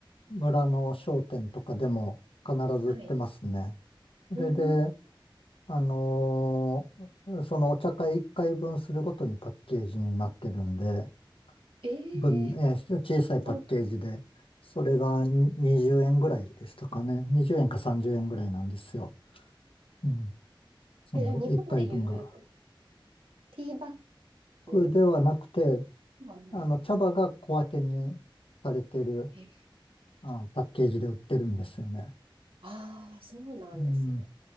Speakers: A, on the left (about 85°); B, on the right (about 85°).
A: 村の商店とかでも必ず売ってますね。
B: う。はい。
A: それで、
B: うん。
A: あのーそのお茶会1回分するごとにパッケージになってるんで、
B: え
A: 分、
B: え
A: えー小さいパッケージで、
B: あ
A: それがに20円ぐらいでしたかね。20円か30円ぐらいなんですよ。うん。その1回分が。
B: え、じゃあ日本でいうティーバッ
A: 僕ではなくて、
B: グはない。
A: あの、茶葉が小分けにされてる、
B: うんえ、
A: あ、パッケージで売ってるんですよね。
B: ああ、そうなんですね。
A: うん。